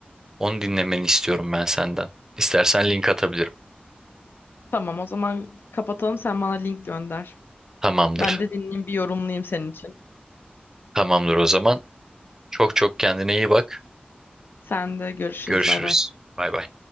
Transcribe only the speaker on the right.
Onu dinlemeni istiyorum ben senden. İstersen link atabilirim.
Tamamdır.
Tamamdır o zaman. Çok çok kendine iyi bak.
Görüşürüz.
Bay bay.